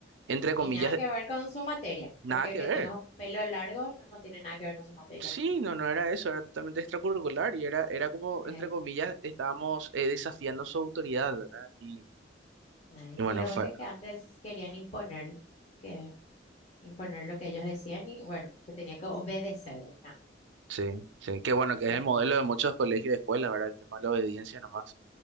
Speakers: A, on the right; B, on the left.
A: entre comillas,
B: Y nada que ver con su materia,
A: nada
B: porque
A: que
B: que
A: ver.
B: tengas un pelo largo no, no tiene nada que ver con su materia.
A: Sí, no, no era eso, era totalmente extracurricular y era, era como,
B: eh.
A: entre comillas, estábamos eh, desafiando su autoridad, ¿verdad? Y,
B: Ay,
A: y
B: sí,
A: bueno,
B: lo que
A: fue,
B: pasa es que antes querían imponer que imponer lo que ellos decían y bueno, se tenía que obedecer, ¿verdad?
A: sí, sí, qué bueno que es
B: Co-
A: el modelo de muchos colegios y escuelas, ¿verdad? El tema de la obediencia nomás.